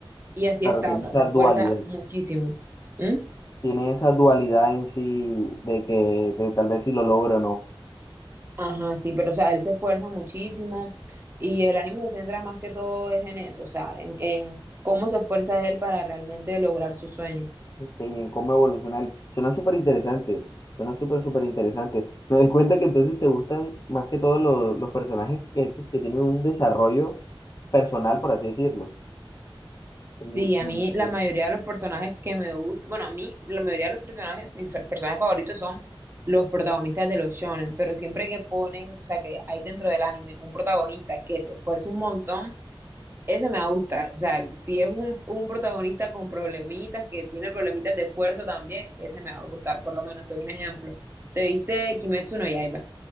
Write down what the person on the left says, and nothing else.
Claro,
tiene
esa
dualidad,
tiene esa dualidad en sí de que de tal vez si lo logro o no,
que y en cómo evoluciona. él? Suena súper interesante, suena súper, súper interesante. Me doy cuenta que entonces te gustan más que todos los, los personajes que, esos que tienen un desarrollo personal, por así decirlo.
Y-
y-